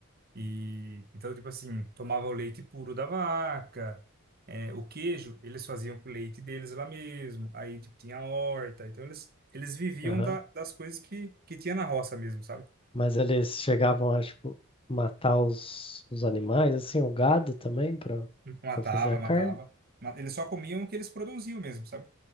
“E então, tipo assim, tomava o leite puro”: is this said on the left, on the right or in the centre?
Right